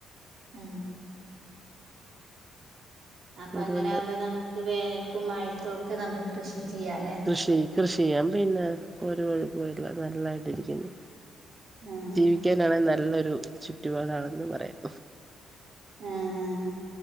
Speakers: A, on the right (about 55°); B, on the right (about 20°).
A: ആ അപ്പൊ
B: അതുകൊണ്ട്
A: അങ്ങനെ ആമ്പോ നമ്മുക്ക് വേന മഴത്തു ഒക്കെ <unintelligible> ചെയ്യാലേ
B: കൃഷി കൃഷിയാൻ പിന്നെ ഒരു കൊഴപ്പോല്ല നല്ലായിട്ടിരിക്കുന്നു
A: ആഹ്
B: ജീവിക്കാനാണെ നല്ലൊരു ചുറ്റുപാടാണെന്ന് പറയാം
A: ആഹ്